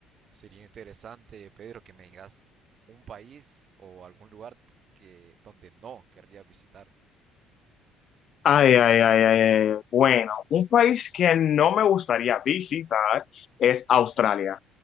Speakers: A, on the right (about 35°); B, on the left (about 40°).
A: Sería interesante, Pedro, que me digas un país o algún lugar que donde no querría visitar.
B: Ay, ay, ay, ay, ay. Bueno, un país que no me gustaría visitar es Australia.